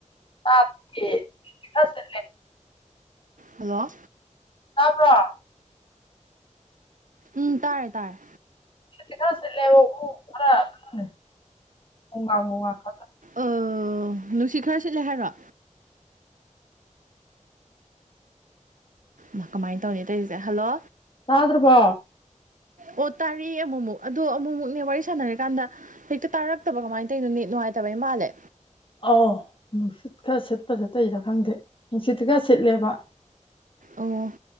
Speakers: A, on the left; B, on the right.
A: ꯇꯥꯗꯤꯌꯦ <unintelligible>
B: ꯍꯜꯂꯣ
A: ꯇꯥꯕ꯭ꯔꯣ
B: ꯎꯝ ꯇꯥꯔꯦ ꯇꯥꯔꯦ
A: ꯁꯤꯠꯇꯤ ꯈꯔ ꯁꯤꯠꯂꯦꯕꯀꯣ ꯈꯔ ꯎꯝ ꯒꯣꯡ ꯒꯥꯡ ꯒꯣꯡ ꯒꯥꯡ ꯈꯔ <unintelligible>
B: ꯑꯥ ꯅꯨꯡꯁꯤꯠ ꯈꯔ ꯁꯤꯠꯂꯦ ꯍꯥꯏꯔꯣ ꯃꯥ ꯀꯃꯥꯏꯟ ꯇꯧꯅꯤ ꯇꯧꯏꯖꯤꯗꯤ ꯍꯜꯂꯣ
A: ꯇꯥꯗ꯭ꯔꯕꯣ
B: ꯑꯣ ꯇꯥꯔꯦꯑꯦ ꯑꯃꯨꯃꯨꯛ ꯑꯗꯣ ꯑꯃꯨꯃꯨꯛꯅꯦ ꯋꯥꯔꯤ ꯁꯥꯟꯅꯔꯀꯥꯟꯗ ꯍꯦꯛꯇ ꯇꯥꯔꯛꯇꯕ ꯀꯃꯥꯏꯟ ꯇꯧꯏꯅꯣ ꯅꯦꯠ ꯅꯨꯉꯥꯏꯇꯕꯩ ꯃꯥꯜꯂꯦ
A: ꯑꯧ ꯅꯨꯡꯁꯤꯠ ꯈꯔ ꯁꯤꯠꯄꯗꯨ ꯇꯩꯔꯥ ꯈꯪꯗꯦ ꯅꯨꯡꯁꯤꯠꯇꯤ ꯈꯔ ꯁꯤꯠꯂꯦꯕ
B: ꯑꯣ